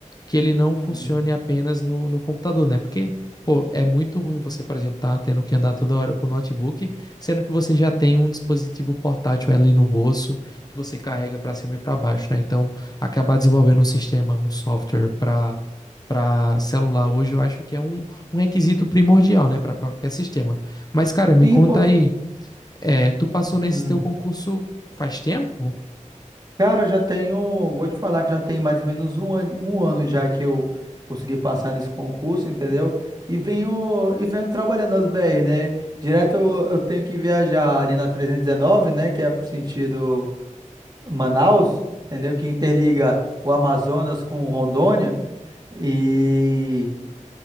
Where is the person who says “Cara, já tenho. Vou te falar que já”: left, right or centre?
Right